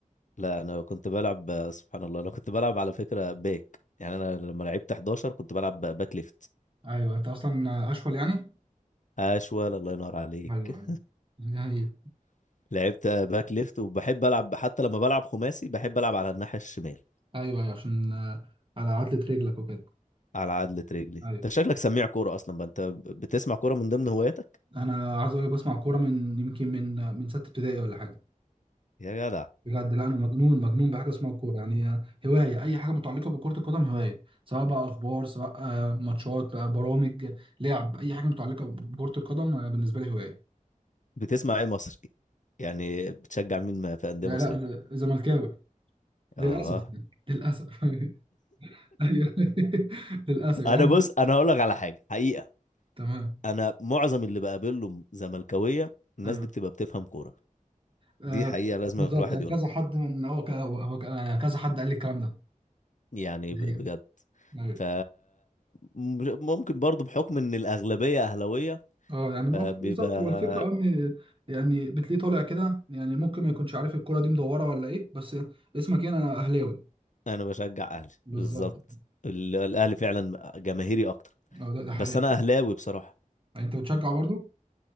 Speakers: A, on the left; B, on the right.
A: لا انا كنت بلعب سبحان الله انا كنت بلعب على فكرة باك يعني انا لما لعبت 11 كنت بلعب باك ليفت
B: ايوه انت اصلا اشول يعني
A: اشول الله ينور عليك
B: ايوه ايوه يعني
A: <laughs> لعبت باك ليفت وبحب العب حتى لما بلعب خماسي بحب العب على الناحية الشمال
B: ايوه ايوه عشان آه، على عضلة رجلك وكده
A: على عدلة رجلي انت
B: ايوه
A: شكلك سميع كورة اصلا بقى انت بتسمع كورة من ضمن هواياتك
B: انا عايز اقول لك بسمع كوره من يمكن من من ستة ابتدائي ولا حاجه
A: يا جدع
B: بجد لا انا مجنون مجنون بحاجه اسمها الكوره يعني آه، هوايه اي حاجه متعلقه بكره القدم هوايه سواء بقى اخبار سواء آه، ماتشات بقى برامج لعب اي حاجه متعلقه بكره القدم آه، بالنسبه لي هوايه
A: بتسمع ايه مصري يعني بتشجع مين ما- في أندية
B: لا
A: مصرية
B: لا ز- زملكاوي للاسف
A: اه
B: يعني. للاسف <laughs> ايوه <laughs> للاسف يعني
A: انا بص انا هقول لك على حاجه حقيقه
B: تمام
A: انا معظم اللي بقابله زملكاويه الناس
B: ايوه
A: دي بتبقى بتفهم كوره
B: آه،
A: دي حقيقه لازم
B: بالظبط
A: الواحد
B: يعني
A: يقولها
B: كذا حد من هو ك- هو ك- آه، كذا حد قال لي الكلام ده
A: يعني
B: هي
A: ب- بجد
B: ايوه
A: ف م- ممكن برضو بحكم ان الاغلبيه اهلاويه
B: اه يعني موافق
A: فبيبقى
B: بالظبط هو الفكره اه ان يعني بتلاقيه طالع كده يعني ممكن ما يكونش عارف الكوره دي مدوره ولا ايه بس اسمك ايه انا اهلاوي
A: انا بشجع اهلي
B: بالظبط
A: بالظبط ال- الاهلي فعلا جماهيري اكتر
B: اه ده ده حقيقة
A: بس انا اهلاوي بصراحه
B: يعني انت بتشجع برضو؟